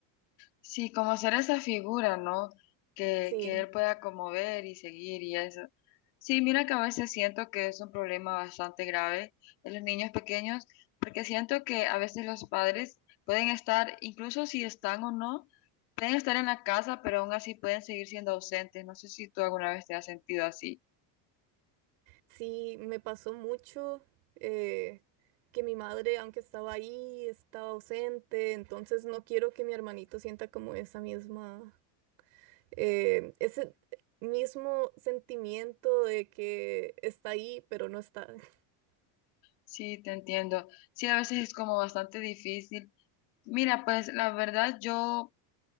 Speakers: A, on the left; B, on the right.
A: Sí, como ser esa figura, ¿no? Que,
B: Sí.
A: que él pueda como ver y seguir y eso. Sí, mira que a veces siento que es un problema bastante grave en los niños pequeños, porque siento que a veces los padres pueden estar, incluso si están o no, pueden estar en la casa, pero aún así pueden seguir siendo ausentes. No sé si tú alguna vez te has sentido así.
B: Sí, me pasó mucho eh, que mi madre, aunque estaba ahí, estaba ausente, entonces no quiero que mi hermanito sienta como esa misma, eh, ese mismo sentimiento de que está ahí, pero no está. <laughs>
A: Sí, te entiendo. Sí, a veces es como bastante difícil. Mira, pues la verdad yo...